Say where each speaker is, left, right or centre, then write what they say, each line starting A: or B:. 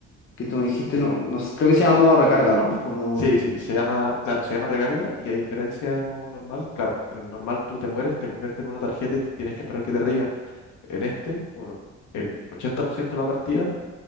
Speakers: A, on the left (about 40°); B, on the left (about 75°).
A: que tú me dijiste? No, no sé, creo que se llama modo recarga, ¿no? Como...
B: Sí, sí, se llama, claro, se llama recarga y a diferencia del modo normal, claro, en el normal tú te mueres, te conviertes en una tarjeta y tienes que esperar que te reían. En este, por el 80% de la partida,